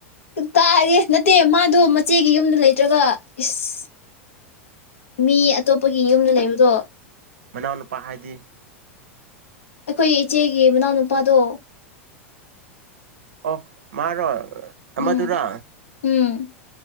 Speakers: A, on the left (about 70°); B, on the right (about 65°).
A: ꯇꯥꯔꯤꯦ ꯅꯠꯇꯦ ꯃꯥꯗꯨ ꯏꯆꯦꯒꯤ ꯌꯨꯝꯗ ꯂꯩꯇ꯭ꯔꯒ ꯏꯁ ꯃꯤ ꯑꯇꯣꯞꯄꯒꯤ ꯌꯨꯝꯗ ꯂꯩꯕꯗꯣ
B: ꯃꯅꯥꯎꯅꯨꯄꯥ ꯍꯥꯏꯗꯤ
A: ꯑꯩꯈꯣꯏꯒꯤ ꯏꯆꯦꯒꯤ ꯃꯅꯥꯎꯅꯨꯄꯥꯗꯣ
B: ꯑꯣ ꯃꯥꯔꯣ ꯑꯃꯗꯨꯔꯥ
A: ꯎꯝ ꯎꯝ